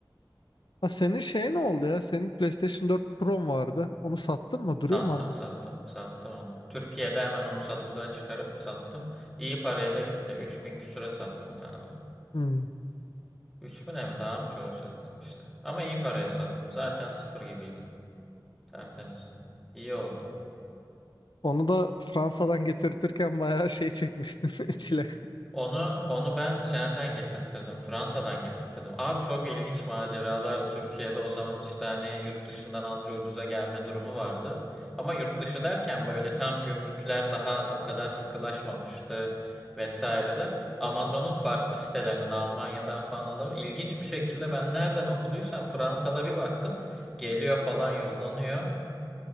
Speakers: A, on the left; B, in the centre.
A: Ha senin şey ne oldu ya? Senin PlayStation 4 Pro'm vardı. Onu sattın mı? Duruyor
B: Sattım
A: mu hala?
B: sattım sattım onu. Türkiye'de hemen onu satılığa çıkarıp sattım. İyi paraya da gitti. 3000 küsüre sattım galiba.
A: Hmm.
B: 3000'e mi daha mı çok sattım işte. Ama iyi paraya sattım. Zaten sıfır gibiydi. Tertemizdi. İyi oldu.
A: Onu da Fransa'dan getirtirken bayağı şey çekmiştin <laughs> çile.
B: Onu onu ben nereden getirttirdim? Fransa'dan getirttirdim. Abi çok ilginç maceralar. Türkiye'de o zaman işte hani yurt dışından anca ucuza gelme durumu vardı. Ama yurt dışı derken böyle tam gümrükler daha o kadar sıkılaşmamıştı vesaireler. Amazon'un farklı sitelerinden Almanya'dan falan alıp ilginç bir şekilde ben nereden okuduysam Fransa'da bir baktım. Geliyor falan yollanıyor.